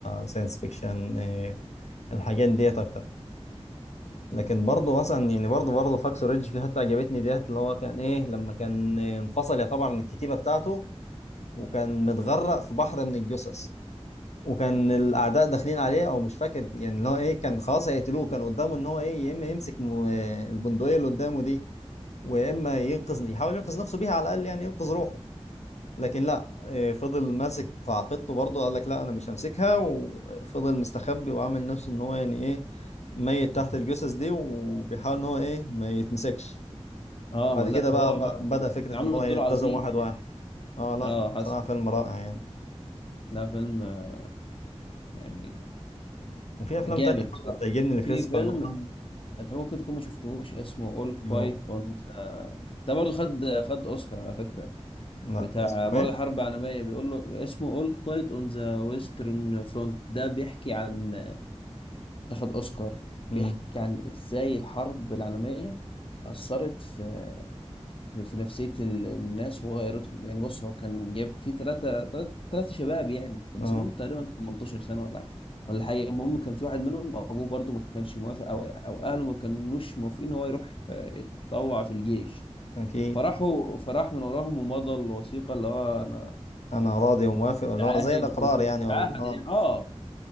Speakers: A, on the left (about 80°); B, on the left (about 50°).
A: ساينس فيكشن الحاجات ديت اكتر لكن برضه مثلا يعني برضه برضه فاكس ريدج في حته عجبتني ديت اللي هو كان ايه لما كان انفصل يعتبر عن الكتيبه بتاعته وكان متغرق في بحر من الجثث وكان الاعداء داخلين عليه او مش فاكر يعني اللي هو ايه كان خلاص هيقتلوه كان قدامه ان هو ايه يا اما يمسك م- البندقيه اللي قدامه دي ويا اما ينقذ يحاول ينقذ نفسه بيها على الاقل يعني ينقذ روحه لكن لا إيه، فضل ماسك في عقيدته برضه قال لك لا انا مش همسكها وفضل مستخبي وعامل نفسه ان هو يعني ايه ميت تحت الجثث دي وبيحاول ان هو ايه ما يتمسكش
B: اه
A: وبعد
B: ما لا
A: كده
B: هو
A: بقى بقى بدأ فكرة
B: عامل
A: ان هو
B: الدور
A: ينتزم
B: عظيم
A: واحد واحد
B: يعني
A: اه لا
B: اه
A: بصراحة
B: حسن
A: فيلم رائع يعني
B: ده فيلم آه، يعني
A: وفي
B: جامد
A: افلام تانية
B: بصراحة
A: برضه بتعجبني لكريستوفر
B: في فيلم
A: نولان
B: انت ممكن تكون ما شفتهوش اسمه All Quiet
A: يو-
B: on the- ده برضه خد خد اوسكار على فكرة
A: لا
B: بتاع
A: اسمه
B: برضه
A: ايه
B: حرب عالمية بيقول له اسمه All Quiet on the Western Front ده بيحكي عن ده خد اوسكار بيحكي
A: امم
B: عن ازاي الحرب العالميه اثرت في في, في نفسيه ال- الناس وغيرتهم يعني بص هو كان جايب فيه ثلاثه ثلاثه شباب يعني كان
A: اه
B: سنهم تقريبا 18 سنه ولا ولا حاجه المهم كان في واحد منهم ابوه برضه ما كانش موافق او او اهله ما كانوش موافقين ان هو يروح آه، يتطوع في الجيش
A: اكيد
B: فراحوا فراح من وراهم ومضى الوثيقه اللي هو انا
A: انا راضي وموافق اللي
B: متعاهد
A: هو زي الاقرار
B: وكنت
A: يعني
B: متعاهد
A: وال... اه
B: يعني اه